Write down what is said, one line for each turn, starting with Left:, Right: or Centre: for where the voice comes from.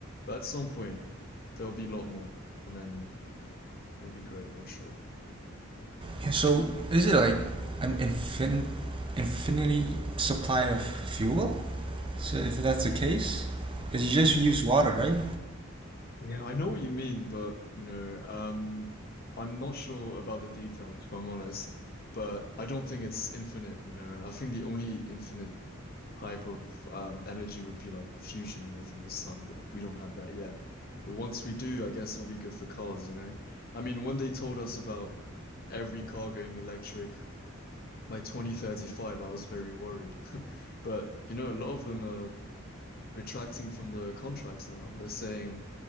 Left: but at some point there'll be a lot more, and then it'll be great, I'm sure.
Right: Yeah. So is it like an infin infinity supply of fuel? So if that's the case, because
Left: Ah,
Right: you just use water, right?
Left: Yeah, I know what you mean, but you know, um, I'm not sure about the details, if I'm honest. But I don't think it's infinite, you know. I think the only infinite type of um, energy would be like fusion, you know, from the sun, but we don't have that yet. But once we do, I guess it'll be good for cars, you know. I mean, when they told us about every car going electric by 2035, I was very worried. But you know, a lot of them are retracting from the contracts now. They're saying